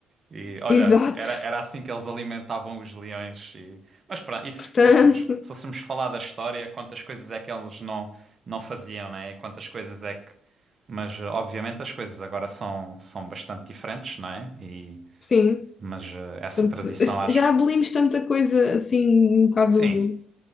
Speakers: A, on the right; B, on the left.
A: E olha,
B: <laughs> exato.
A: era, era assim que eles alimentavam os leões. e- Mas pronto, e se
B: Portanto,
A: fôssemos, se fôssemos falar da história, quantas coisas é que eles não, não faziam, né? Quantas coisas é que. Mas eh, obviamente as coisas agora são, são bastante diferentes, não é? E,
B: sim.
A: mas eh, essa
B: Portanto,
A: tradição acho
B: já
A: que.
B: abolimos tanta coisa assim, um bocado
A: Sim,